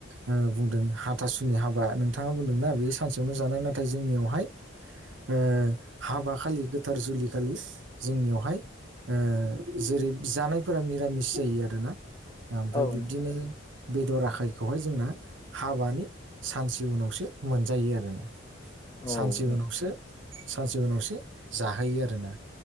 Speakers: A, on the right (about 65°); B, on the left (about 20°).
A: ओ बुंदों हाथासुनि हाबा नोंथाङा बुंदोंना बे सानसेयावनो जानाय नाथाय जोंनियावहाय ओ हाबा खालि गोथार जुलि खालि जोंनियावहाय ओ जेरै जानायफोरा मिरामिस जायो आरोना ओमफ्राय
B: औ
A: बिब्दिनो
B: नोंथां
A: बेदर आखायखौहाय जोंना हाबानि सानसे उनावसो मोनजायो आरोना
B: औ
A: सानसे
B: नोंथां
A: उनावसो सानसे उनावसो जाहोयो आरोना